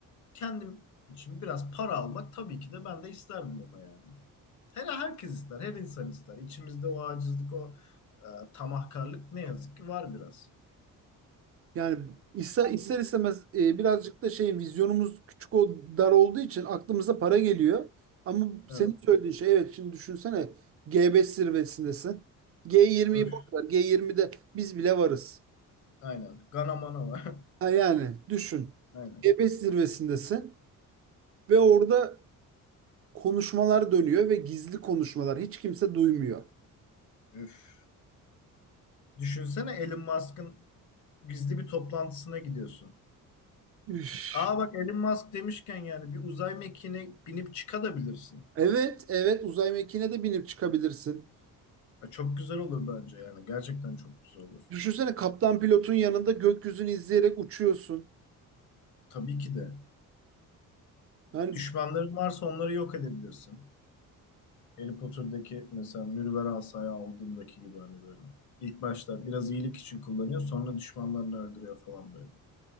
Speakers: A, on the left; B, on the right.
A: kendim için biraz para almak tabii ki de ben de isterdim ama yani. Her herkes ister, her insan ister. İçimizde o acizlik, o e, tamahkarlık ne yazık ki var biraz.
B: Yani ister, ister istemez e, birazcık da şey vizyonumuz küçük o dar olduğu için aklımıza para geliyor. Ama senin
A: Evet.
B: söylediğin şey evet şimdi düşünsene G5 zirvesindesin. G20'yi
A: Üf.
B: boş ver. G20'de biz bile varız.
A: Aynen. Ganamana var.
B: Ha yani düşün.
A: <laughs> Aynen.
B: G5 zirvesindesin ve orada konuşmalar dönüyor ve gizli konuşmalar hiç kimse duymuyor.
A: Üf. Düşünsene Elon Musk'ın gizli bir toplantısına gidiyorsun.
B: Üf.
A: Aa bak Elon Musk demişken yani bir uzay mekiğine binip çıkabilirsin.
B: Evet, evet uzay mekiğine de binip çıkabilirsin.
A: Ya çok güzel olur bence yani. Gerçekten çok güzel olur.
B: Düşünsene kaptan pilotun yanında gökyüzünü izleyerek uçuyorsun.
A: Tabii ki de.
B: Yani
A: Düşmanların varsa onları yok edebilirsin. Harry Potter'daki mesela mürver asayı aldığındaki gibi hani böyle. İlk başta biraz iyilik için kullanıyor sonra düşmanlarını öldürüyor falan böyle.